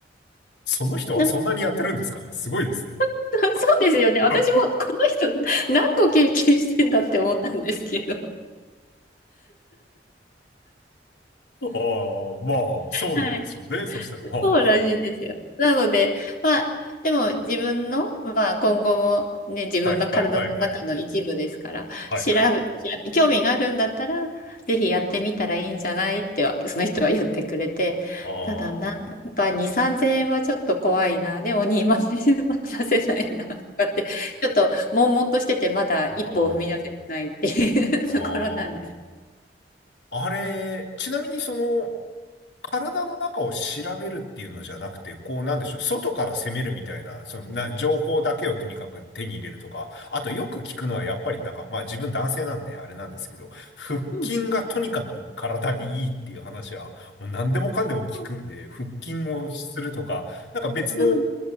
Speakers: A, on the left (about 80°); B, on the left (about 50°).
A: その人はそんなにやってるんですかねすごいですね。
B: な <laughs> そうですよね。
A: <laughs>
B: 私もこの人何個経験してんだって思ったんですけど。
A: ああ、まあ、そうなんでしょうね。
B: はい
A: そしたら、は
B: そうらしいですよ。なので、まあ、でも自分の、まあ、今後もね、自分の体の中の一部ですから、
A: あはい、はい、はい、はい、はい、
B: 調べ、
A: はい。
B: 調べ興味があるんだったら、ぜひやってみたらいいんじゃないっては、その人は言ってくれて、
A: あ
B: ただな、
A: あ、
B: やっぱ2、3 0円はちょっと怖いな、でも2万円は出せないな、とかって、ちょっと悶々としてて、まだ一歩を踏み出せてないっていう
A: ああ、あ
B: <laughs> ところなんです。
A: あ、あれ、ちなみにその、体の中を調べるっていうのじゃなくて、こうなんでしょう、外から攻めるみたいな、そのな、情報だけをとにかく手に入れるとか、あとよく聞くのはやっぱりなんか、まあ自分男性なんであれなんですけど、腹筋がとにかく体にいいっていう話は、
B: うん。
A: もう何でもかんでも聞くんで、
B: うん。
A: 腹筋をするとか、なんか別の
B: うん。